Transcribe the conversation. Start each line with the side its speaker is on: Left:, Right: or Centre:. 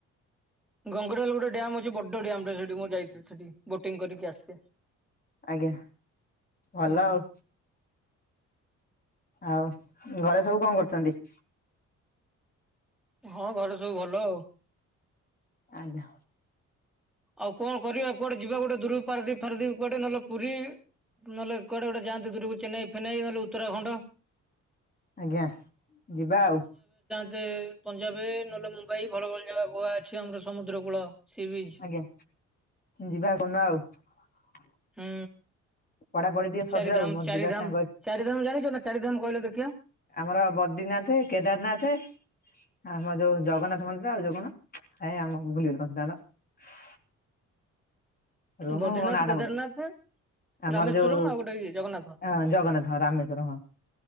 Centre: ଗଙ୍ଗୁଡଲ ଗୋଟେ ଡ୍ୟାମ୍ ଅଛି ବଡ ଡ୍ୟାମ୍ ଟେ ସେଠି ମୁଁ ଯାଇଥିଲି ସେଠି। ବୋଟିଂ କରିକି ଆସିଛି।
Left: ଆଜ୍ଞା ଭଲ
Centre: ହୁଁ।
Left: ଆଉ। ଆଉ ଘରେ ସବୁ କଣ କରୁଛନ୍ତି?
Centre: ହଁ ଘରେ ସବୁ ଭଲ।
Left: ଆଜ୍ଞା।
Centre: ଆଉ କଣ କରିବା କୁଆଡେ ଯିବା ଗୋଟେ ଦୂରକୁ ପାରାଦ୍ୱୀପ ଫାରାଦ୍ୱୀପ କୁଆଡେ ନହେଲେ ପୁରୀ? ନହେଲେ କୁଆଡେ ଗୋଟେ ଯାଆନ୍ତେ ଦୂରକୁ ଚେନ୍ନାଇ ଫେନାଇ ନହେଲେ ଉତ୍ତରାଖଣ୍ଡ।
Left: ଆଜ୍ଞା ଯିବା ଆଉ।
Centre: ଯେ ପଞ୍ଜାବେ ନହେଲେ ମୁମ୍ବାଇ ଭଲ ଭଲ ଜାଗା ଗୋଆ ଅଛି ଆମର ସମୁଦ୍ର କୂଳ ସି ବିଚ୍।
Left: ଆଜ୍ଞା ଯିବା କୋଉଦିନ ଆଉ।
Centre: ହୁଁ,
Left: ପଢାପଢି ଟିକେ ସରିଯାଉ
Centre: ଚାରିଧାମ,
Left: ମୋର
Centre: ଚାରିଧାମ,
Left: ଯିବା ସାଙ୍ଗ
Centre: ଚାରିଧାମ ଜାଣି ଯିବନା ଚାରିଧାମ କହିଲ ଦେଖିଆ?
Left: ଆମର ବଦ୍ରିନାଥେ, କେଦାରନାଥେ ଆମ ଯୋଉ ଜଗନ୍ନାଥ ମନ୍ଦିର ଆଉ ଯୋଉ କଣ ଆଇ ଆମ ଭୁଲିଗଲି କଣ ସେଟା ତା ନାଁ। ରୁହମ
Centre: ବଦ୍ରିନାଥ
Left: ମୋ ନାଁ
Centre: କେଦାରନାଥ
Left: ଟା ମନେ ଆମର
Centre: ରାମେଶ୍ଵରମ
Left: ଯୋଉ ଅଁ,
Centre: ଆଉ ଗୋଟେ ଇଏ ଜଗନ୍ନାଥ।
Left: ଜଗନ୍ନାଥ ହଁ ରାମେଶ୍ଵର ହଁ।